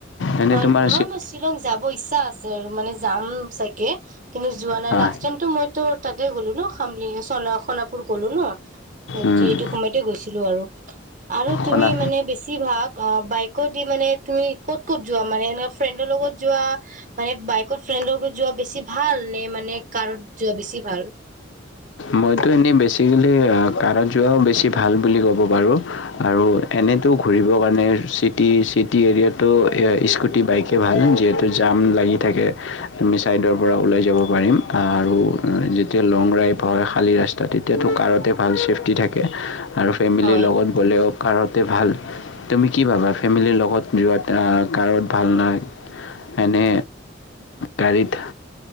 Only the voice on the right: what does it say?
হয়,
নহয় মই শ্বিলং যাব ইচ্ছা আছে আৰু মানে যাম চাগে। কিন্তু যোৱা নাই,
লাষ্ট টাইমতো মই তাতে গ'লো ন খাম সোণাপুৰ গলো ন।
সেইটো সময়তে গৈছিলো আৰু, আৰু
তুমি মানে বেছিভাগ অ বাইকত দি মানে তুমি ক'ত ক'ত যোৱা? মানে এনে ফ্ৰেডৰ লগত যোৱা- মানে বাইকত ফ্ৰেণ্ডৰ লগত যোৱা বেছি ভাল নে মানে কাৰত যোৱা বেছি ভাল?
হয়